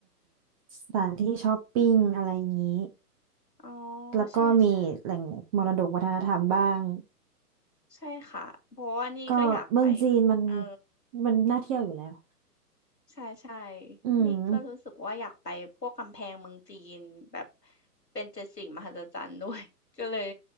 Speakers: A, on the right; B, on the left.
A: สถานที่ช้อปปิ้งอะไรอย่างนี้
B: อ๋อ
A: แล้วก็มีแหล่งมรดกวัฒนธรรมบ้าง
B: ใช่ใช่ ใช่ค่ะเพราะว่านี่ก็อยากไป
A: ก็เมืองจีนมัน
B: เออ
A: มันน่าเที่ยวอยู่แล้ว
B: ใช่ใช่
A: อืม
B: นี่ก็รู้สึกว่าอยากไปพวกกำแพงเมืองจีนแบบเป็นเจ็ดสิ่งมหัศจรรย์ด้วย <laughs> ก็เลย